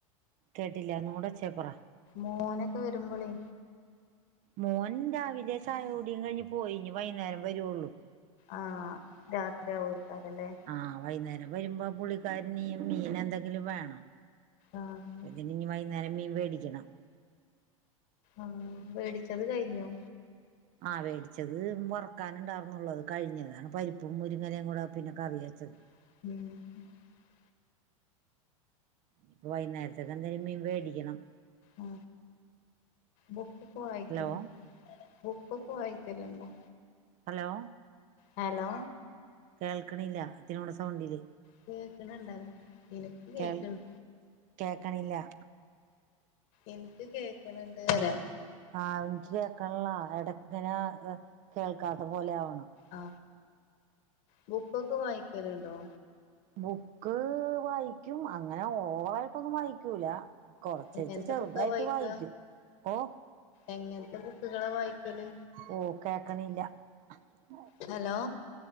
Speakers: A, on the right; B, on the left.
A: കേട്ടില്ല ഒന്നൂട ചേർപറ
B: മോനക്ക വരുമ്പളേ
A: മോൻ രാവിലെ ചായ കുടീം കഴിഞ്ഞ് പോയി ഇനി വയ്യ്ന്നേരം വരോള്ളു.
B: ആഹ് രാത്രി ആവോര് അതല്ലെ
A: ആ വൈകുന്നേരം വരുമ്പോ പുള്ളിക്കാരനീ മീന് എന്തങ്കിലും വേണം
B: ആഹ്
A: ഇന്ന്ന്നി മീ വയ്യ്ന്നേരം മീവ് ഇത് വേടിക്കണം
B: ആഹ് വേടിച്ചത് കഴിഞ്ഞോ
A: ആഹ് വേടിച്ചത് വറ് ക്കാനുണ്ടാർന്നൊള്ളത് കഴിഞ്ഞ് <unintelligible> പരിപ്പും മുരിങ്ങലേം കൂട പിന്ന കറിവച്ചത്.
B: <unintelligible>
A: ഇനിപ്പോ വയ്യ്ന്നേരത്തേക്കെന്തെലും മീൻ വേടിക്കണം
B: ആ ബുക്കൊക്ക വായിക്കുല്ലേ
A: ഹലോ
B: ബുക്കൊക്ക വായിക്കലൊണ്ടാ?
A: ഹലോ
B: ഹലോ
A: കേൾക്കണില്ല ഇത്ത്‌രീം കൂടെ സൗണ്ടില്
B: കേക്കണൊണ്ടല്ലാ എന്ക്ക് കേക്കണ്
A: കേൾ കേക്കണില്ല
B: എന്ക്ക് കേക്കണ്‌ണ്ട് പറയാ
A: ആ എനിക്ക് കേക്കണില്ലാ എടക്കനെ അ കേൾക്കാത്ത പോലെ ആവണ്.
B: ആ ബു ബുക്ക് വായിക്കലുണ്ടോ
A: ബുക്ക് വായിക്കും അങ്ങന ഓവറായിട്ടൊന്നും വായിക്കൂല. കൊറച്ച്
B: എങ്ങനത്തെ
A: എച്ച് ചെറുതായിട്ട്
B: ബുക്കാ വായിക്ക
A: വായിക്കും. ഓ
B: എങ്ങനത്തെ ബുക്കുകളാ വായിക്കല്
A: ഓ കേക്കണില്ല അഹ്
B: ഹലോ